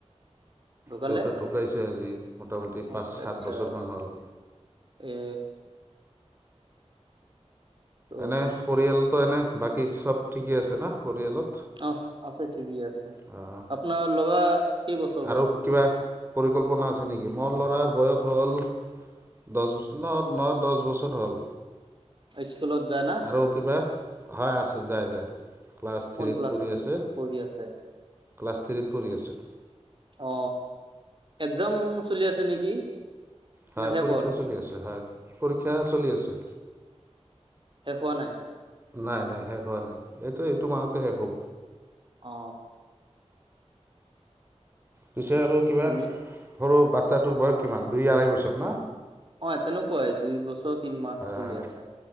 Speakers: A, on the right (about 45°); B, on the right (about 20°).
A: ঢুকালে
B: দেউতা ঢুকাইছে আজি মোটামুটি পাঁচ
A: আচ্ছা
B: সাত
A: আচ্ছা
B: বছৰমান হ'ল।
A: এ। ত'
B: এনে পৰিয়ালতো এনে বাকী চব ঠিকেই আছে না পৰিয়ালত?
A: অহ আছে ঠিকেই আছে।
B: অঁ'।
A: আপোনাৰ ল'ৰা। কেইবছৰ
B: আৰু
A: হ'ল
B: কিবা পৰিকল্পনা আছে নেকি মোৰ ল'ৰাৰ বয়স হ'ল দহ ন ন দহ বছৰ হ'ল
A: স্কুলত যায় না
B: আৰু কিবা? হয় আছে যায় যায় ক্লাছ
A: কোন
B: থ্ৰীত
A: ক্লাছত
B: পঢ়ি আছে।
A: পঢ়ি আছে
B: ক্লাছ থ্ৰ্ৰীত পঢ়ি আছে।
A: অ একজাম চলি আছে নেকি।
B: হয়
A: না শেষ
B: পৰীক্ষা
A: হ'ল
B: চলি আছে হয় পৰীক্ষা চলি আছে।
A: শেষ হোৱা নাই
B: নাই নাই শেষ হোৱা নাই এইটো এইটো মাহতে শেষ হ'ব।
A: অ।
B: পিছে আৰু কিবা
A: এনে
B: সৰু বাচ্ছাটোৰ বয়স কিমান দুই আঢ়াই বছৰ ন।
A: অ তেনেকুৱাই দুই বছৰ তিনমাহ চলি
B: হয়
A: আছে।